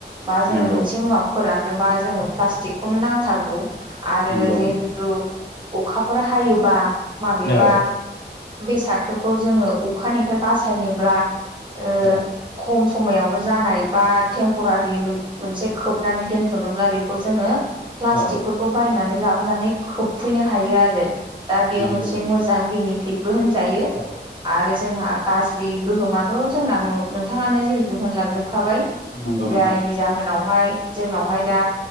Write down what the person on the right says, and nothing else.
बा जोङो
मोन मुवा फोराननोबा जोङो प्लास्टिकखौनो नांथारगौ आरो
जिहेथु अखाफोर हायोबा माबेबा
बेसादफोरखौ जोङो अखानिफ्राय बासायनोब्ला ओ
खम समायावनो जानाय बा टेम्परारि मोनसे खोबनानै दोनथ'नोब्ला बेखौ जोङो प्लास्टिकफोरखौ
बायनानै लाबोनानै होबफैनो हायो आरो दा बेयो
मोनसे
मोजां बेनिफिटबो होनजायो
आरो जोंहा गाज्रि दै गोहोमाथ' जोंना न नोंथाङानो जिहेथु होनलांजोबखाबाय
जायनि
जाहोनाव जोंनावहाय दा